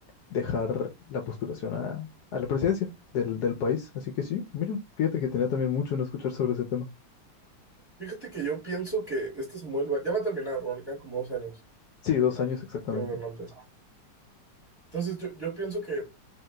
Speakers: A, on the left; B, on the right.
A: dejar la postulación a, a la presidencia del, del país. Así que sí, mira, fíjate que tenía también mucho en escuchar sobre ese tema.
B: fíjate que yo pienso que este Samuel va, ya va a terminar, ¿no? Le quedan como dos años
A: Sí, dos años exactamente.
B: de gobernante. Entonces yo, yo pienso que